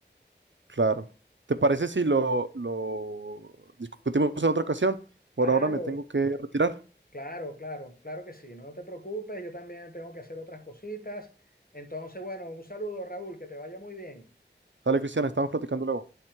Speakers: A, on the right; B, on the left.
A: Claro. ¿Te parece si lo, lo discutimos en otra ocasión? Por
B: Claro,
A: ahora me tengo que
B: cl-
A: retirar.
B: claro, claro, claro que sí, no te preocupes, yo también tengo que hacer otras cositas. Entonces, bueno, un saludo, Raúl, que te vaya muy bien.
A: Dale, Cristian, estamos platicando luego.